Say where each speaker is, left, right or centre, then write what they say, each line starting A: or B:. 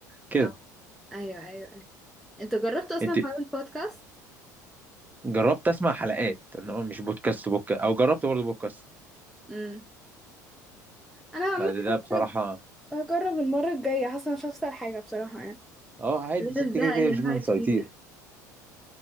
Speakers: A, on the right (about 15°); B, in the centre.
A: كده
B: آه. ايوه ايوه ايوه انت جربت اصلا
A: انت
B: حوار البودكاست
A: جربت اسمع حلقات انما مش بودكاست بوك او جربت برضه بودكاست
B: امم انا عامه
A: فده ده
B: هجرب
A: بصراحة
B: هجرب المره الجايه حاسه مش هخسر حاجه بصراحه يعني
A: اه عادي
B: غير
A: بس
B: الزهق
A: انت كده كده
B: اللي
A: الجيم
B: الواحد
A: مش
B: فيه
A: هيطير
B: ده